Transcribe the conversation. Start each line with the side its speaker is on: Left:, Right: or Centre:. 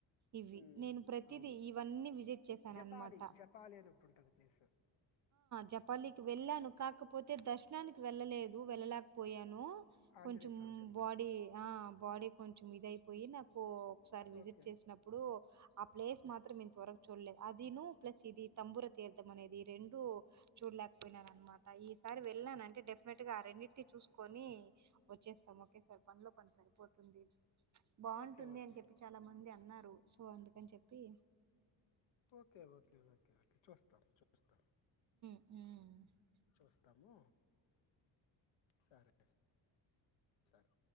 Right: ఇవి
Left: ఉమ్
Right: నేను ప్రతిదీ
Left: అవును
Right: ఇవన్నీ విజిట్ చేశానునమాట
Left: జపాలి జపాలి అని ఒకటి ఉంటది ప్లేస్
Right: జపాలికి వెళ్ళాను కాకపోతే అయితే దర్శనానికి వెళ్ళలేదు వెళ్ళలేకపోయాను
Left: ఆంజనేయ
Right: కొంచెం
Left: స్వామి టెంపుల్
Right: బాడీ ఆ బాడీ కొంచం మీదయిపోయి నా ఒకసారి విజిట్
Left: ఓకే
Right: చేసినప్పుడు ఆ ప్లేస్ మాత్రం చూడలేదు అదిను ప్లస్ ఇది తంబుర తీర్థం అనేది రెంూ చూడలేకపోయినాన అనమాట ఈసారి వెళ్ళన అంటే డెఫినెట్గా ఆ రెండింటిని చూసుకొని వచ్చేస్తాం ఓకే సార్ పంలు పని సరిపోతుంది బావుంటుంది
Left: ఓకే ఓకే
Right: అని చెప్పి చాలా మంది అన్నారు సో అందుకని చెప్పి
Left: ఓకే ఓకే ఓకే ఓకే చూస్తాం చూస్తాం
Right: ఊ
Left: చూస్తాము సరే సర్